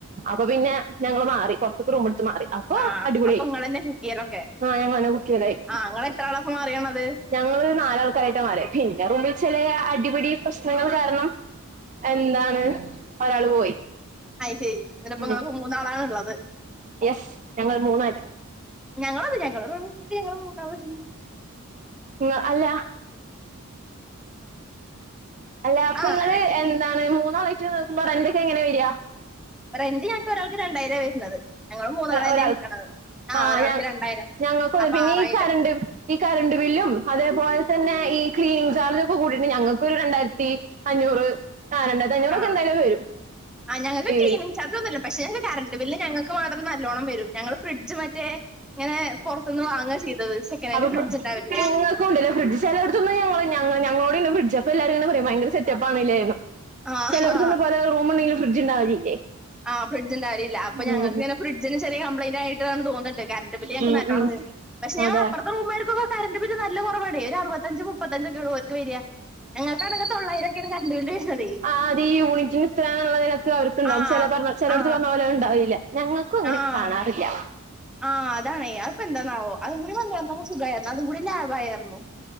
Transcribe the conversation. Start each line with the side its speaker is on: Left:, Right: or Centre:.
Right: അപ്പൊ പിന്നെ ഞങ്ങള് മാറി പുറത്തൊക്കെ റു- മാറി അപ്പൊ
Centre: ആഹ്
Right: അടിപൊളിയായി
Centre: അപ്പൊ ഇങ്ങളെന്നെ കുക്കെയ്യലൊക്കെ
Right: ആ ഞങ്ങൾ തന്നെ കുക്ക്‌ ചെയ്യാലായി
Centre: ആഹ് ഇങ്ങളെത്ര ആളാപ്പൊ മാറിയാണത്
Right: ഞങ്ങള് നാലാൾക്കാരായിട്ട് മാറി പിന്നെ റൂമിൽ ചെല അടിപടി പ്രശ്നങ്ങൾ കാരണം എന്താണ് ഒരാള് പോയി
Centre: അ ശരി ഇന്നരപ്പം
Right: ഉം
Centre: നിങ്ങളിപ്പോ മൂന്നാളാണ് ഉള്ളത്
Right: യെസ് ഞങ്ങൾ മൂന്നായി
Centre: ഞങ്ങളെ ഞങ്ങള റൂമില് മൂന്നാള്
Right: ഉം അല്ല അല്ല അപ്പൊ
Centre: ആഹ്
Right: നിങ്ങള് എന്താണ് മൂന്നാളായിട്ട് നിക്കുമ്പോ റെന്റൊക്കെ എങ്ങനെയാ വരിക
Centre: റെന്റ് ഞങ്ങക്ക് ഒരാൾക്ക് രണ്ടായിരം വരുന്നത് ഞങ്ങൾ മൂന്നാൾ തന്നെയാണ്
Right: ഒരാൾക്ക്
Centre: നിക്കണത് ആ
Right: ആഹ്
Centre: ഒരാൾക്ക്
Right: ഞ
Centre: രണ്ടായിരം
Right: ഞങ്ങൾക്ക
Centre: അപ്പൊ
Right: പിന്നെ
Centre: ആറായിരം
Right: ഈ കറണ്ട് ഈ കറണ്ട് ബില്ലും അതെ അതുപോലെ തന്നെ ഈ ക്ലീനിങ്ങ് ചാർജ് ഒക്കെൂടിയിട്ട് ഞങ്ങൾക്കൊരു രണ്ടായിരത്തി അഞ്ഞൂറ് ആഹ് രണ്ടായിരത്തി അഞ്ഞൂറൊക്കെ
Centre: ആ
Right: എന്തായാലും വരും
Centre: ആ ഞങ്ങക്ക്
Right: ഈ
Centre: ക്ലീനിക് ചാർജ് ഒന്നൂല്ല പക്ഷെ കറണ്ട് കറണ്ട് ബില്ല് ഞങ്ങൾക്ക് മാത്രം നല്ലോണ്ണം വരും ഞങ്ങൾ ഫ്രിഡ്ജ് മറ്റേ ഇങ്ങനെ പുറത്തുന്ന് വാങ്ങുക ചെയ്തത് സെക്കനൻഡ്
Right: അപ്പൊ
Centre: ഫ്രിഡ്ജ് ഇണ്ടാവില്ലേ
Right: ഞങ്ങൾക്കുണ്ടല്ല ഫ്രിഡ്ജ് ചെടുത്ത് ഞങ്ങള് ഞങ്ങളോട് തന്നെ ഫ്രിഡ്ജ് അപ്പ എല്ലാരും ഭയങ്കര സെറ്റപ്പ ആണ് അല്ലേന്ന്
Centre: ആഹ്
Right: ചിലവിടുന്ന്
Centre: ആഹ്
Right: പോലെ റൂമുണ്ടെങ്കിലും ഫ്രിസജ് ഉണ്ടാവലില്ലേ
Centre: ആ ഫ്രഡജിന്റെ കാര്യല്ല അപ്പ
Right: ഉം
Centre: ഞങ്ങൾക്കങ്ങനെ ഫ്രഡ്ജിന്റെ ചെറിയ കംപ്ലയിന്റ് ആയിട്ടാണ് എന്ന് തോന്നുന്നത് ണ്ട് കറണ്ട് ബില്ല് ഞങ്ങൾക്ക്
Right: ഉം ഉം
Centre: നല്ലോണം
Right: ഉം
Centre: വരുന്നുണ്ട് പക്ഷേ
Right: അതെ
Centre: അപ്പറത്തെ റൂമുകർക്കൊക്കെ കരണ്ട് ബില്ല് നല്ല കുറവാണേ ഒരു അറുപത്തഞ്ചച് മുപ്പത്തഞ്ചൊക്കെ ഓർക്ക് വരിക ഞങ്ങൾക്ക് അണേൽ തൊള്ളായിരൊക്കെയാണ് കണ്ടണ്ട് ബിൽ വരുന്നതേ
Right: ആ അത് ഈ യൂണിറ്റിന് ഇത്രന്നുള്ളതൊക്കെ അവർക്കുണ്ടാവും
Centre: ആഹ്
Right: ചില പറഞ്ഞ ചിലോടത്ത്
Centre: ആഹ്
Right: പറഞ്ഞ പോലെ ഉണ്ടാവില്ല ഞങ്ങൾക്കും അങ്ങനെ
Centre: ആഹ്
Right: കാണാറില്ല
Centre: ആഹ് അതാണേ അത് ഇപ്പോ എന്താന്നാവോ അതും കൂടി വന്നായിരുന്ന സുഖമായിരുന്നു അതും കൂടി ലാഭ ആയിരുന്നു